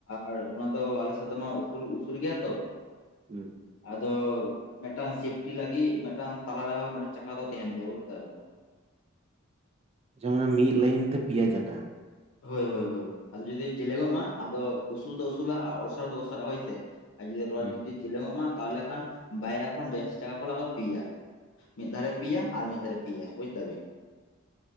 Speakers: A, on the left; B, on the right.
A: ᱟᱨ <unintelligible> ᱚᱱᱟᱫᱚ ᱟᱞᱮᱥᱮᱫ ᱫᱚ ᱢᱟ ᱩᱥᱩᱞ ᱩᱥᱩᱞ ᱜᱮᱭᱟ ᱛᱚ
B: ᱦᱩᱸ
A: ᱟᱫᱚ ᱢᱤᱫᱴᱟᱝ ᱥᱮᱯᱴᱤ ᱞᱟᱹᱜᱤᱫ ᱢᱤᱫᱴᱟᱝ ᱛᱟᱞᱟ ᱨᱮᱦᱚᱸ ᱢᱤᱫᱟᱝ ᱪᱟᱠᱟ ᱫᱚ ᱛᱟᱦᱮᱱ ᱜᱮᱭᱟ ᱵᱩᱡ ᱫᱟᱢ ᱛᱚ
B: ᱡᱮᱢᱚᱱ ᱢᱤᱫ ᱞᱟᱭᱤᱱ ᱛᱮ ᱯᱮᱭᱟ ᱪᱟᱠᱟ
A: ᱦᱳᱭ ᱦᱳᱭ ᱦᱳᱭ ᱟᱫᱚ ᱡᱩᱫᱤ ᱡᱤᱞᱤᱧᱚᱜ ᱢᱟ ᱟᱫᱚ ᱩᱥᱩᱞ ᱫᱚ ᱩᱥᱩᱞᱟ ᱟᱨ ᱚᱥᱟᱨ ᱫᱚ ᱚᱥᱟᱨᱟ ᱦᱳᱭᱥᱮ ᱟᱨ ᱡᱩᱫᱤ ᱨᱚᱛ
B: ᱦᱩᱸ
A: ᱡᱩᱫᱤ ᱡᱤᱞᱤᱧᱚᱜ ᱢᱟ ᱛᱟᱦᱞᱮ ᱠᱷᱟᱱ ᱵᱟᱭᱨᱟ ᱠᱷᱟᱱ ᱡᱟᱹᱥᱛᱤ ᱪᱟᱠᱟ ᱠᱚ ᱞᱟᱜᱟᱣᱟ ᱯᱤᱭᱟ᱾ ᱢᱤᱫ ᱫᱷᱟᱨᱮ ᱯᱮᱭᱟ ᱟᱨ ᱢᱤᱫ ᱫᱷᱟᱨᱮ ᱯᱮᱭᱟ ᱵᱩᱡ ᱫᱟᱵᱤᱱ